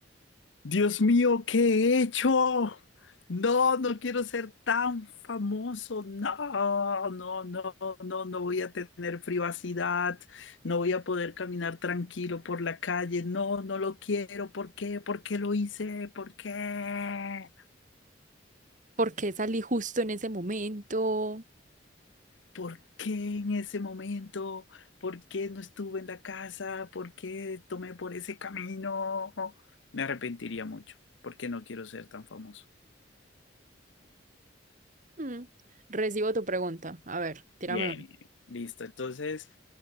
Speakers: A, on the left; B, on the right.
A: Dios mío, ¿qué he hecho? No, no quiero ser tan famoso. No, no, no, no, no voy a tener privacidad. No voy a poder caminar tranquilo por la calle. No, no lo quiero. ¿Por qué? ¿Por qué lo hice? ¿Por qué?
B: ¿Por qué salí justo en ese momento?
A: ¿Por qué en ese momento? ¿Por qué no estuve en la casa? ¿Por qué tomé por ese camino? Me arrepentiría mucho porque no quiero ser tan famoso.
B: Mm, Recibo tu pregunta, a ver, tírame
A: Bien,
B: una.
A: listo. Entonces.